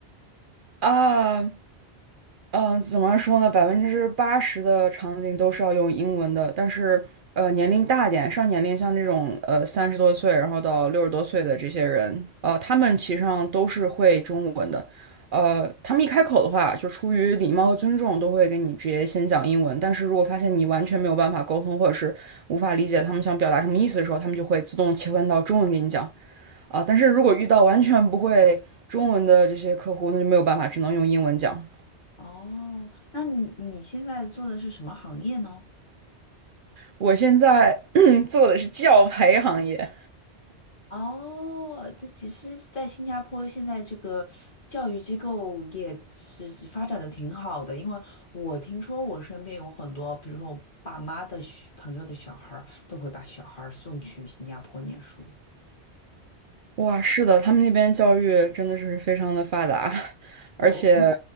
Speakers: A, on the right; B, on the left.
A: 啊。嗯，怎么说呢？百分之八十的场景都是要用英文的，但是呃，年龄大一点，上年龄像这种呃三十多岁，然后到六十多岁的这些人，呃，他们其实上都是会中文的。呃，他们一开口的话，就出于礼貌和尊重，都会跟你直接先讲英文。但是如果发现你完全没有办法沟通，或者是无法理解他们想表达什么意思的时候，他们就会自动切换到中文给你讲啊。但是如果遇到完全不会中文的这些客户，那就没有办法，只能用英文讲。
B: 哦，那你你现在做的是什么行业呢？
A: 我现在 <clears throat> 做的是教培行业，
B: 哦，这其实，在新加坡现在这个教育机构也是发展的挺好的，因为我听说我身边有很多，比如说我爸妈的小朋友的小孩儿，都会把小孩儿送去新加坡念书。
A: 哇，是的，他们那边教育真的是非常的发达，<laughs>
B: 我我听
A: 而且，